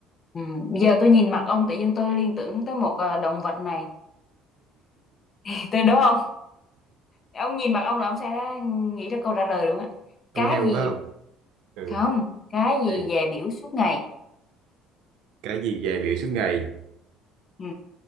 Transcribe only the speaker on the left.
Ừ. Giờ tôi nhìn mặt ông tự nhiên tôi liên tưởng tới một ờ, động vật này. <laughs> Tôi đố ông, ông nhìn mặt ông là ông sẽ nghĩ ra câu trả lời luôn á.
Cái
gì
không? Cái gì
về biểu suốt ngày?
Ừ.